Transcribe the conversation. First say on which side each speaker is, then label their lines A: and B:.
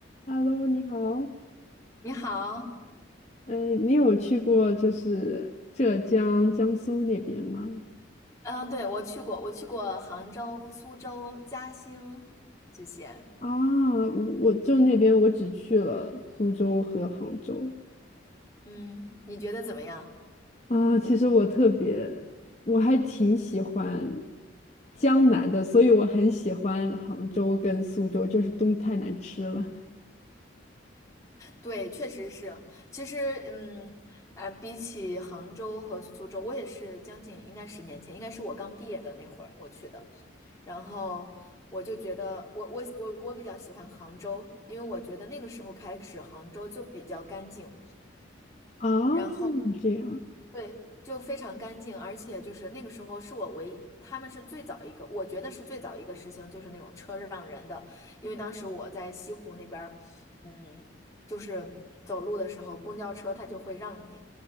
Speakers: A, on the left (about 35°); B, on the left (about 15°).
A: Hello，你好。
B: 你好，
A: 嗯，你有去过就是浙江、江苏那边吗？
B: 嗯，对，我去过，我去过杭州、苏州、嘉兴这些，
A: 啊，我我就那边我只去了苏州和杭州。
B: 嗯，你觉得怎么样？
A: 啊，其实我特别，我还挺喜欢江南的，所以我很喜欢杭州跟苏州，就是东西太难吃了。
B: 对，确实是。其实，嗯，啊、比起杭州和苏州，我也是将近应该十年前，应该是我刚毕业的那会儿我去的。然后我就觉得我，我我我比较喜欢杭州，因为我觉得那个时候开始，杭州就比较干净。
A: 啊，
B: 然后
A: 这样。
B: 对，就非常干净，而且就是那个时候是我唯一，他们是最早一个，我觉得是最早一个实行就是那种车让人的，因为当时我在西湖那边儿，嗯，就是走路的时候，公交车它就会让你，